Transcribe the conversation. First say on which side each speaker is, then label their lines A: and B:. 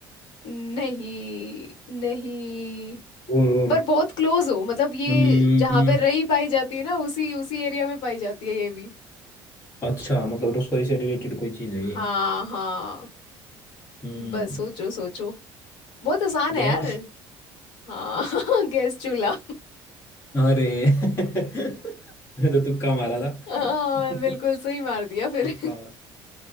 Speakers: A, on the left; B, on the left.
A: नहीं नहीं
B: और और
A: पर बहुत क्लोज हो मतलब ये
B: हम्म
A: जहाँ पे रई पाई जाती है ना उसी उसी एरिया में पाई जाती है ये भी
B: अच्छा मतलब रसोई से रिलेटेड कोई चीज है ये
A: हाँ हाँ
B: हम्म
A: बस सोचो सोचो बहुत आसान
B: गैस
A: है यार हाँ <laughs> गैस चूल्हा
B: अरे <laughs> मैंने तो तुक्का मारा था
A: हाँ
B: तुक्का
A: बिल्कुल सही मार दिया फिर
B: तुक्का